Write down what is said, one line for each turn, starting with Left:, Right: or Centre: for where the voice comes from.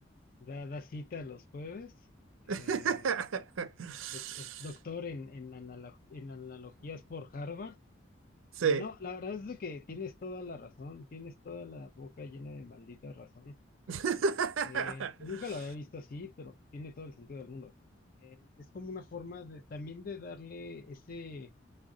Left: da, da cita los jueves. eh,
Right: <laughs>
Left: es, es doctor en, en, analo- en analogías por Harvard.
Right: Sí.
Left: Eh, no, la verdad es de que tienes toda la razón, tienes toda la boca llena de maldita razón.
Right: <laughs>
Left: Este, nunca lo había visto así, pero tiene todo el sentido del mundo. Eh, es como una forma de, también de darle ese,